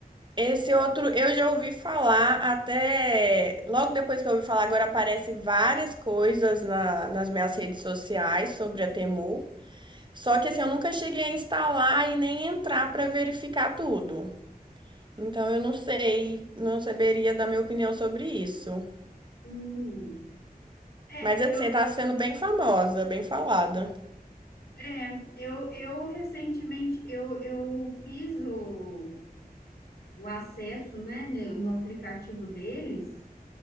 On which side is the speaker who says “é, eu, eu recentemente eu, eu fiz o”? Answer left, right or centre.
Left